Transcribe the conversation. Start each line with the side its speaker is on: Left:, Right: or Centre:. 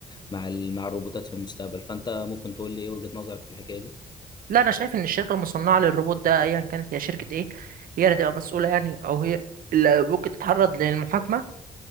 Left: مع ال مع الروبوتات في المستقبل فانت ممكن تقول لي ايه وجهة نظرك في الحكاية دي
Right: لا أنا شايف إن الشركة المصنعة للروبوت ده أيا كانت هي شركة إيه هي اللي تبقى مسؤولة يعني أو هي اللي ممكن تتعرض للمحاكمة